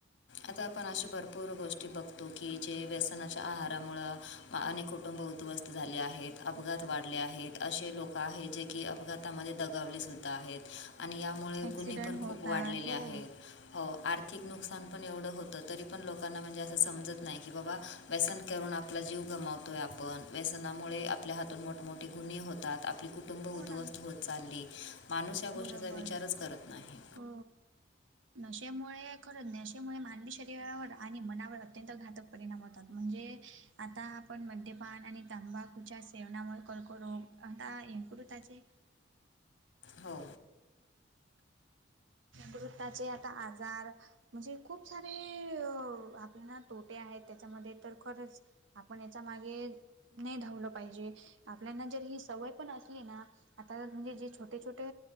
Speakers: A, on the left; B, on the right.
A: आता आपण अशे भरपूर गोष्टी बघतो, की जे व्यसनाच्या आहारामुळं. अनेक कुटुंब उद्ध्वस्त झाले आहेत. अपघात वाढले आहेत. असे लोक आहेत. जे की अपघात हातामध्ये दगावले सुद्धा आहेत. आणि यामुळे
B: ॲक्सिडंट
A: गुन्हे पण
B: होतात
A: खूप वाढलेले
B: हो
A: आहेत. हो, आर्थिक नुकसान पण एवढं होत, तरी पण लोकांना म्हणजे, असं समजत, नाही की बाबा व्यसन करून आपला जीव गमावतो. आपण व्यसनामुळे आपल्या हातून मोठमठे गुन्हे होतात. आपली -- कुटुंब उद्ध्वस्त
B: हो ना
A: होत चालली. माणूस या गोष्टीचा
B: बरोबर
A: विचारच करत नाही.
B: हो नशेमुळे खरंच, नशेमुळे मानवी शरीरावर आणि मनावर अत्यंत, घातक परिणाम होतात म्हणजे आता आपण मद्यपान, आणि तंबाखूच्या सेवनामुळे कर्करोग, आता ये करुताचे
A: हो.
B: वृत्ताचे आता आजार म्हणजे खूप सारे आपल्या ना तोटे आहेत. त्याच्यामध्ये तर खरंच आपण याचा मागे नाही, धावलं पाहिजे. आपल्याना जर ही सवय पण असली ना आता म्हणजे. जे छोटे, छोटे,